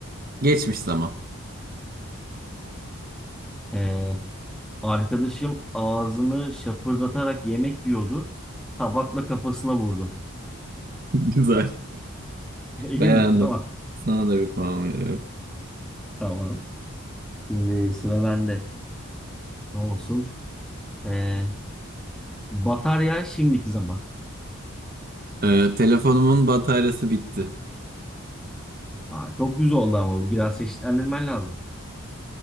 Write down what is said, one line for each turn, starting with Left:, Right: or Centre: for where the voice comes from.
Right: geçmiş zaman.
Centre: Ee, arkadaşım ağzını şapırdatarak yemek yiyordu. Tabakla kafasına vurdum.
Right: <laughs> Güzel.
Centre: <laughs> İyi
Right: Beğendim.
Centre: mi? Tamam.
Right: Sana da bir puan veriyorum.
Centre: Tamam. Şimdi sıra bende. Ne olsun? Ee, Batarya şimdiki zaman.
Right: Ee, telefonumun bataryası bitti.
Centre: Aa, çok düz oldu ama bu biraz çeşitlendirmen lazım.